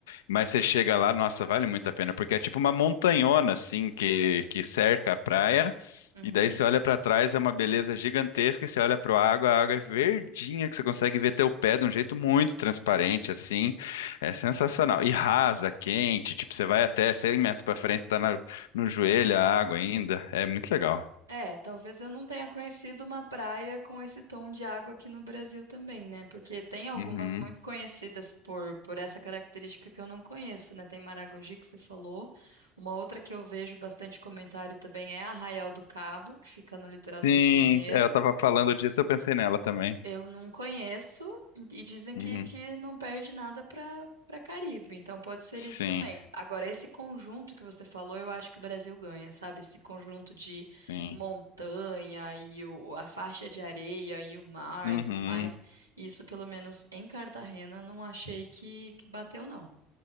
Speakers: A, on the left (about 70°); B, on the right (about 85°).
A: Mas você chega lá, nossa, vale muito a pena, porque é tipo uma montanhona assim que, que cerca a praia,
B: uhum.
A: e daí você olha pra trás, é uma beleza gigantesca, e você olha para a água, a água é verdinha, que você consegue ver teu pé de um jeito muito transparente, assim, é sensacional. E rasa, quente, tipo, você vai até 100 metros pra frente, tá na- no joelho a água ainda, é muito legal.
B: É, talvez eu não tenha conhecido uma praia com esse tom de água aqui no Brasil também, né? Porque tem algumas
A: Uhum.
B: muito conhecidas por, por essa característica que eu não conheço, né? Tem Maragogi, que você falou. Uma outra que eu vejo bastante comentário também é Arraial do Cabo, que fica no litoral do
A: Sim,
B: Rio de Janeiro.
A: é, eu tava falando disso, eu pensei nela também.
B: Eu não conheço e dizem que,
A: Uhum.
B: que não perde nada para para Caribe, então pode ser
A: Sim,
B: isso também. Agora, esse conjunto que você falou, eu acho que o Brasil ganha, sabe? Esse conjunto de
A: sim.
B: montanha e o- a faixa de areia e o mar
A: Uhum.
B: e tudo mais. Isso, pelo menos em Cartagena, não achei que, que bateu, não.